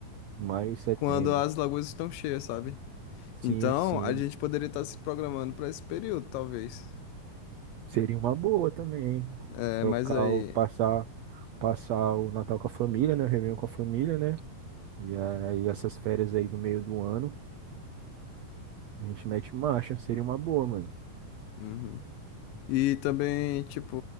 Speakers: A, on the right; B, on the left.
A: Maio e setembro.
B: quando as lagoas estão cheias, sabe?
A: Sim,
B: Então,
A: sim.
B: a gente poderia estar se programando para esse período, talvez.
A: Seria uma boa também. hein?
B: É,
A: Trocar
B: mas aí.
A: o, passar, passar o Natal com a família, né? O Réveillon com a família, né? E aí essas férias aí do meio do ano, a gente mete marcha, seria uma boa, mano.
B: uhum. E também, tipo,